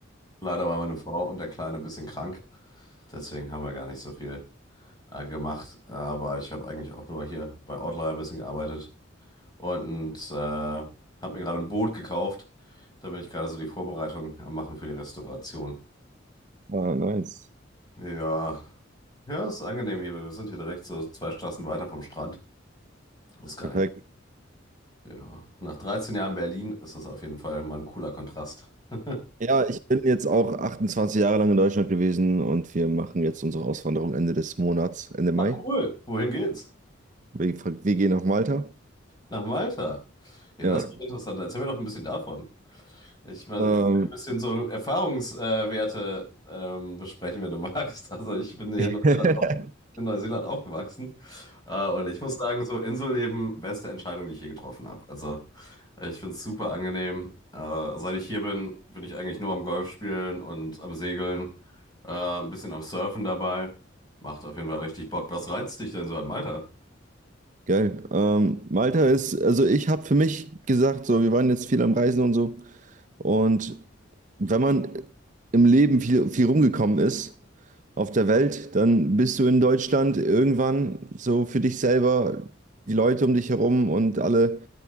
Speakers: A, on the left; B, on the right.
A: Leider war meine Frau und der Kleine ein bisschen krank. Deswegen haben wir gar nicht so viel. äh, gemacht, aber ich habe eigentlich auch nur hier bei Outlier ein bisschen gearbeitet und äh, habe mir gerade ein Boot gekauft. Da bin ich gerade so die Vorbereitung am Machen für die Restauration.
B: Ah, nice.
A: Ja, ja, ist angenehm hier. Wir sind hier direkt so zwei Straßen weiter vom Strand. Ist gar
B: Perfekt.
A: nicht. Ja. Nach 13 Jahren Berlin ist das auf jeden Fall mal ein cooler Kontrast. <laughs>
B: Ja, ich bin jetzt auch 28 Jahre lang in Deutschland gewesen und wir machen jetzt unsere Auswanderung Ende des Monats, Ende Mai.
A: Ach cool, wohin geht's?
B: Wir, wir gehen nach Malta.
A: Nach Malta. Ja,
B: Ja.
A: das ist interessant. Erzähl mir doch ein bisschen davon. Ich weiß,
B: Ähm,
A: wir können ein bisschen so Erfahrungswerte ähm, besprechen, wenn du <laughs> magst. Also ich bin hier
B: <laughs>
A: in Neuseeland, auf, in Neuseeland aufgewachsen äh, und ich muss sagen, so Inselleben, beste Entscheidung, die ich je getroffen habe. Also äh, ich finde es super angenehm. Äh, seit ich hier bin, bin ich eigentlich nur am Golf spielen und am Segeln, äh, ein bisschen am Surfen dabei. Macht auf jeden Fall richtig Bock. Was reizt dich denn so an Malta?
B: Geil. Ähm, Malta ist, also ich habe für mich gesagt, so, wir waren jetzt viel am Reisen und so. Und wenn man im Leben viel, viel rumgekommen ist auf der Welt, dann bist du in Deutschland irgendwann so für dich selber, die Leute um dich herum und alle.